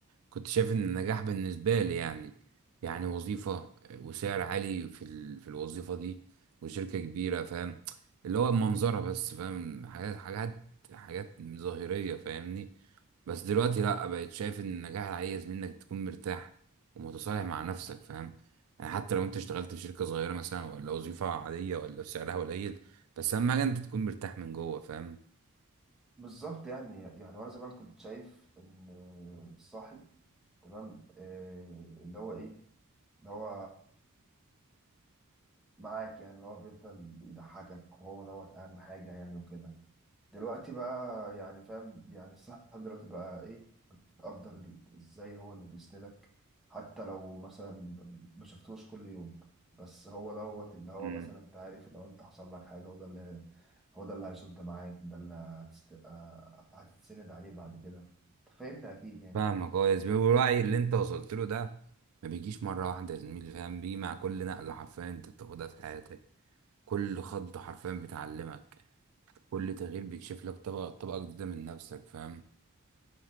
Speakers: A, on the right (about 70°); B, in the centre.
A: كنت شايف إن النجاح بالنسبة لي يعني يعني وظيفة وسعر عالي في ال... في الوظيفة دي وشركة كبيرة فاهم اللي هو منظرة بس فاهم حاجات حاجات حاجات ظاهرية فاهمني بس دلوقتي لأ بقيت شايف إن النجاح العايز منك تكون مرتاح ومتصالح مع نفسك فاهم يعني حتى لو أنت اشتغلت في شركة صغيرة مثلا ولا وظيفة عادية ولا سعرها قليل بس أهم حاجة أنت تكون مرتاح من جوه فاهم
B: بالظبط يعني يعني وانا زمان كنت شايف ان الصاحب تمام آه، اللي هو ايه اللي هو معاك يعني اللي هو بيفضل يضحكك وهو دوت أهم حاجة يعني وكده دلوقتي بقى يعني فاهم يعني الصاحب دلوقتي بقى إيه تقدر ال- إزاي هو اللي بيسندك حتى لو مثلا ما شفتوش كل يوم بس هو دوت اللي هو
A: مم.
B: مثلا أنت عارف لو أنت حصل لك حاجة هو ده اللي هو ده اللي هيصد معاك ده اللي هتست... آه، هتتسند عليه بعد كده أنت فاهمني أكيد يعني
A: فاهمك اه يا زميلي والوعي اللي انت وصلت له ده ما بيجيش مره واحده يا زميلي فاهم بيجي مع كل نقله حرفيا انت بتاخدها في حياتك كل خط حرفيا بتعلمك كل تغيير بيكشف لك طبقه طبقه جديده من نفسك فاهم